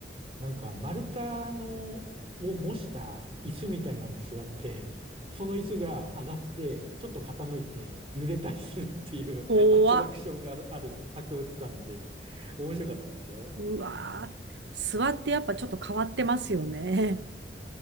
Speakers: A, on the right; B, on the right.
A: なんか丸太のを模した椅子みたいなのに座って、その椅子が上がって、ちょっと傾いて揺れたりするっていう
B: 怖っ。
A: <laughs> アトラクションがある、ある博物館で、面白かったですよ。
B: うわあ、諏訪ってやっぱちょっと変わってますよね。